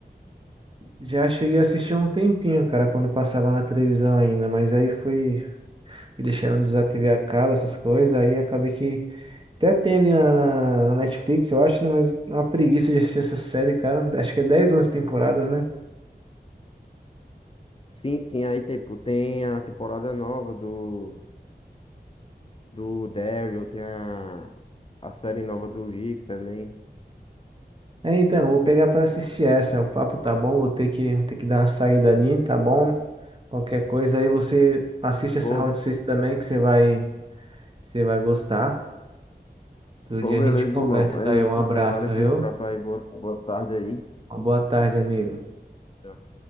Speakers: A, on the right (about 30°); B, on the left (about 30°).
A: Já cheguei a assistir há um tempinho, cara, quando passava na televisão ainda, mas aí fui fui deixando desativei a cabo, essas coisas, aí acabei que Até tem ali na, na- na Netflix, eu acho, né? Mas é uma preguiça de assistir essa série, cara. Acho que é 10 11 temporadas, né?
B: Sim, sim. Aí, tipo, tem a temporada nova do, do Daryl, tem a, a série nova do Rick também.
A: É, então, eu vou pegar pra assistir essa. O papo tá bom, vou ter que, vou ter que dar uma saída ali, tá bom? Qualquer coisa aí você assiste essa
B: Pô,
A: Round 6 também, que você vai, você vai gostar. Todo
B: Pô,
A: dia
B: beleza,
A: a gente conversa
B: irmão. É
A: aí.
B: isso,
A: Um abraço,
B: então. Valeu
A: viu?
B: pelo papo aí. Boa, boa tarde aí.
A: Uma boa tarde, amigo.
B: Tchau.